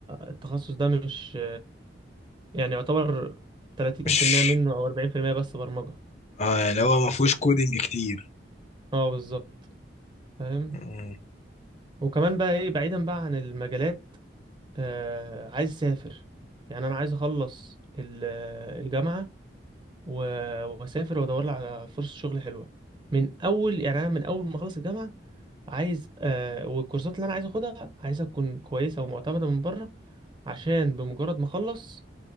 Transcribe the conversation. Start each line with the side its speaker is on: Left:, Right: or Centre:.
Right: التخصص ده مش يعني يعتبر 30%
Left: مش
Right: منه أو 40% بس برمجة
Left: اه يعني هو ما فيهوش كودينج كتير
Right: اه بالظبط فاهم
Left: مم.
Right: وكمان بقى ايه بعيدا بقى عن المجالات آه عايز اسافر يعني انا عايز اخلص ال- الجامعه و- واسافر وادور لي على فرصه شغل حلوه من اول يعني انا من اول ما اخلص الجامعه عايز آه والكورسات اللي انا عايز اخدها عايزها تكون كويسه ومعتمده من بره عشان بمجرد ما اخلص